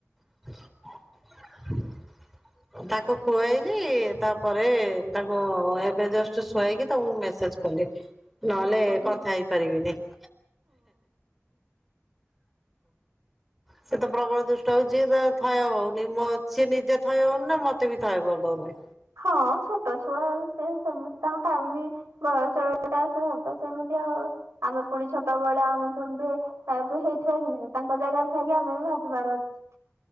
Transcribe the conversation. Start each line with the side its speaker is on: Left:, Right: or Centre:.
Centre: <unintelligible> ତାକୁ ଖୁଆଇଲି ତାପରେ ତାକୁ ଏବେ ଜଷ୍ଟ୍ ଶୁଆଇକି ତମକୁ ମେସେଜ୍ କଲି। ନହେଲେ
Right: ହୁଁ
Centre: କଥା ହେଇପାରିବିନି। <inaudible> <inaudible> ସେ ତ ପ୍ରବଳ ଦୁଷ୍ଟ ହଉଛି ତ ଥୟ ହଉନି ମୋ ସେ ନିଜେ ଥୟ ହଉନି ନା ମତେ ବି ଥୟ କରିଦଉନି।
Right: ହଁ ଛୋଟ ଛୁଆ ଆଉ ସେ ସେମିତି ତାଙ୍କୁ ଟାଇମ ବୟସଟା ଏବେ ସେ ହେବେ ସେମିତି ଆଉ। ଆମେ ପୁଣି ଛୋଟ ବେଳେ ଆମେ ସେମିତି ହେଇଥିବା କି ନାଇଁ ତାଙ୍କ ଜାଗାରେ ଥାଇକି ଆମେ ବି ଭାବିବାର ଅଛି।